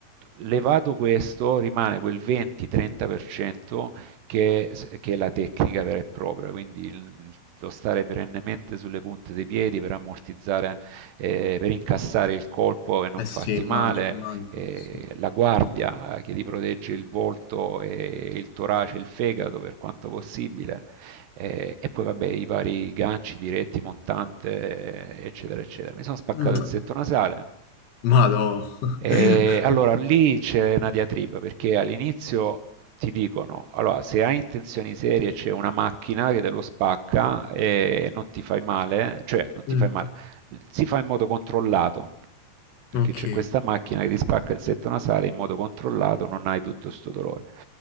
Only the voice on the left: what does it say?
Eh
sì, immagino,
immagino.
sì. sì.
Mm,
Madò.
<laughs>
Mm,
ok.